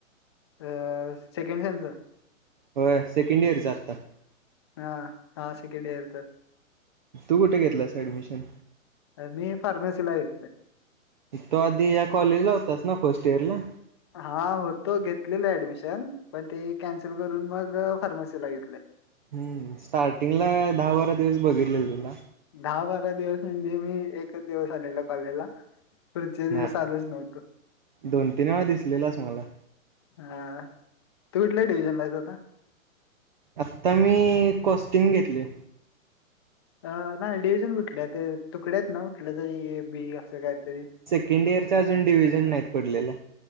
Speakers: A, on the left (about 20°); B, on the right (about 35°).
A: अ सेकंड सेमचा
B: होय सेकंड इयर चा आता
A: हा हा सेकंड इयर चा
B: तू कुठे घेतलास ऍडमिशन
A: अ मी फार्मसीला घेतले
B: तो आधी या कॉलेज ला होतास ना फर्स्ट इयर ला
A: हा होतो घेतलेलं ऍडमिशन पण ते कॅन्सल करून मग फार्मसीला घेतले
B: हम्म स्टार्टिंग ला दहा बारा दिवस बघितले तुला
A: दहा बारा दिवस म्हणजे मी एकच दिवस आलेल कॉलेजला पुढचे दिवस
B: ना
A: आलच नव्हत
B: दोन तीन वेळा दिसलेलास मला
A: हा तू कुठल्या डिव्हजनलायच आता
B: आता मी कॉस्ट्युम घेतले
A: अ नाही डिव्हजन कुठले ते तुकडे आहेत ना कुठले जरी ए बी असं काय तरी
B: सकंड इयरचा अजून डव्हिजन नाहीत पडलेला